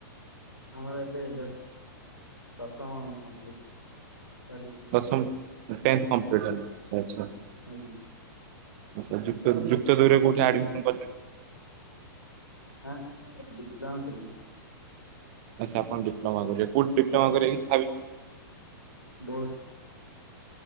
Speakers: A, on the left; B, on the right.
A: ଆମର ଏବେ ଜଷ୍ଟ ଦଶମ କମ୍ପ୍ଲିଟ। ସରିଛି।
B: ଦଶମ ଟେନ୍ ଥ କମ୍ପଲିଟ୍ ଆଚ୍ଛା ଆଚ୍ଛା।
A: ଆଜ୍ଞା।
B: ଆଚ୍ଛା ଯୁକ୍ତ ଯୁକ୍ତ ଦୁଇ ରେ କୋଉଠି ଆଡମିସନ କରି
A: ନା ଆମେ ଡିପ୍ଲୋମା କରିବୁ।
B: ଆଚ୍ଛା ଆପଣ ଡିପ୍ଲୋମା କରିବେ କୋଉଠୀ ଡିପ୍ଲୋମା କରିବା କିଛି ଭାବି
A: ବୋସ୍